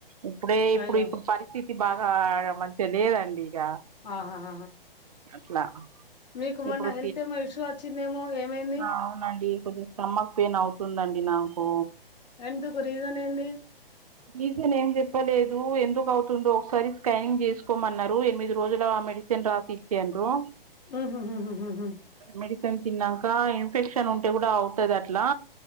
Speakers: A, on the right (about 40°); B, on the left (about 45°).
A: ఇప్పుడే ఇప్పుడు
B: అయ్యో
A: ఇప్పుడు పరి స్థితి, బాగా, ఆమంచిగా లేదండి. ఇక
B: ఆహాహ,
A: అట్లా
B: మీకు మొన్న
A: ఇప్పుడు
B: హెల్త్ ఏమో ఇష్యూ వచ్చిందేమో, ఏమైంది.
A: అవునండి, కొద్ది స్టమక్ పెయిన్, అవుతుందండి నాకు
B: ఎందుకు రీజన్ ఏంది.
A: రీజన్ ఏం చెప్పలేదు. ఎందుకు అవుతుందో ఒకసారి స్కానింగ్ చేసుకోమన్నారు, ఎనిమిది రోజులమెడి మెడిసిన్ రాసించిర్రు
B: ఉహు ఉహు
A: మెడిసిన్ తిన్నాక ఇన్ఫెక్షన్ ఉంటే కూడా అవుతది అట్లా